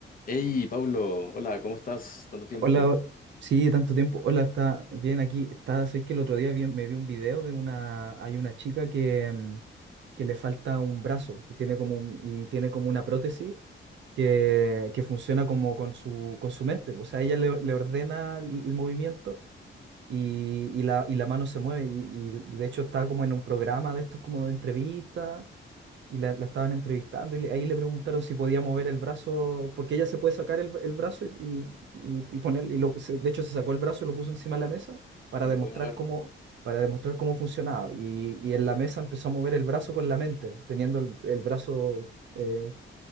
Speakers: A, on the left; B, on the right.
A: Hey, Pablo, hola, ¿cómo estás? Tanto tiempo.
B: Hola, sí, tanto tiempo. Hola, está bien aquí. Está, sé que el otro día vi- me vi un video de una, hay una chica que, mm, que le falta un brazo que tiene como un- y tiene como una prótesis que, que funciona como con su, con su mente. O sea, ella le, le ordena el el movimiento y, y la, y la mano se mueve. Y, y de hecho está como en un programa de estos como de entrevistas y la, la estaban entrevistando y le- ahí le preguntaron si podía mover el brazo, porque ella se puede sacar el, el brazo y, y, y- y poner, y lo, se- de hecho se sacó el brazo y lo puso encima de la mesa para
A: ¿Y lo
B: demostrar
A: podemos ver?
B: cómo, para demostrar cómo funcionaba. Y, y en la mesa empezó a mover el brazo con la mente, teniendo el, el brazo, eh,